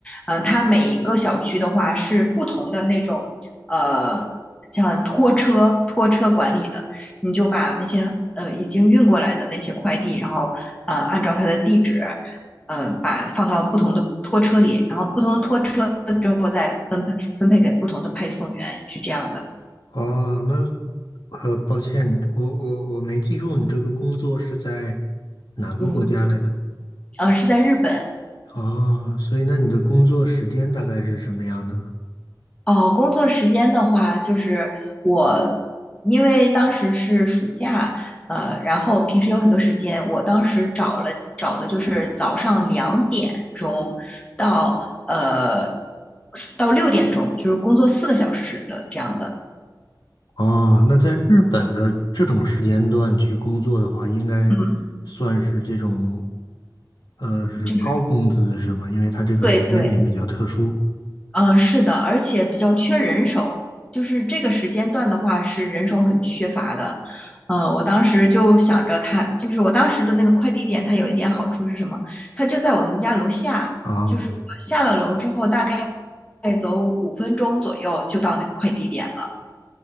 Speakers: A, on the left; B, on the left.
A: 呃，它每一个小区的话是不同的那种呃像拖车拖车管理的，你就把那些呃已经运过来的那些快递，然后呃按照它的地址，呃把放到不同的拖车里，然后不同的拖车之后再分配分配给不同的配送员，是这样的。
B: 哦，那呃，抱歉，我我我没记住你这个工作是在哪个国家来的。
A: 嗯，呃是在日本，
B: 哦，所以那你的工作时间大概是什么样的呢？
A: 哦，工作时间的话，就是我，因为当时是暑假，呃，然后平时有很多时间，我当时找了找的就是早上两点钟到呃到六点钟，就是工作四个小时的这样的。
B: 哦，那在日本的这种时间段去工作的话，应该算是这种
A: 嗯，
B: 呃是高工资是吗？
A: 就是
B: 因为它这个时间点比较特殊
A: 对对。嗯，是的，而且比较缺人手，就是这个时间段的话是人手很缺乏的。呃，我当时就想着他，就是我当时的那个快递点，它有一点好处是什么？它就在我们家楼下，
B: 啊。
A: 就是我下了楼之后，大概再走五分钟左右就到那个快递点了。